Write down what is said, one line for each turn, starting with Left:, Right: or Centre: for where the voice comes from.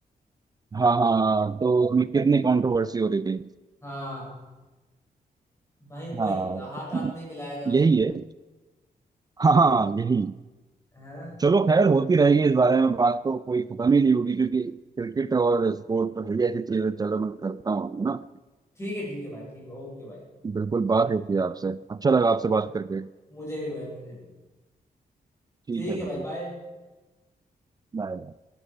Right: हाँ हाँ तो उसमें कितनी कंट्रोवर्सी हो रही थी
Left: हाँ भाई
Right: हाँ
Left: वही हाथ हाथ नहीं मिलाया था उसने
Right: यही है हाँ हाँ, यही
Left: है ना
Right: चलो खैर
Left: और
Right: होती रहेगी इस बारे में बात तो कोई खत्म ही नहीं होगी क्योंकि क्रिकेट और स्पोर्ट तो है ही ऐसी चीज है चलो मैं करता हूँ है ना
Left: ठीक है ठीक है भाई ठीक है ओके भाई
Right: बिल्कुल बात होती है आपसे अच्छा लगा आपसे
Left: ओके
Right: बात करके
Left: मुझे भी भाई मुझे भी
Right: ठीक
Left: ठीक
Right: है
Left: है भाई
Right: भाई
Left: बाय
Right: बाय